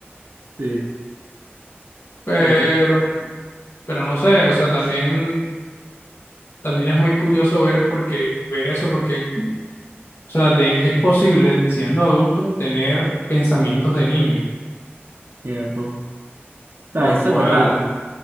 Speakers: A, on the right; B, on the left.
A: Sí,
B: pero,
A: puede ser.
B: pero no sé, o sea, también, también es muy curioso ver porque, ver eso, porque, o sea, de, es posible, siendo adulto, tener pensamientos de niño,
A: Cierto. O sea,
B: lo
A: eso
B: cual...
A: es verdad. O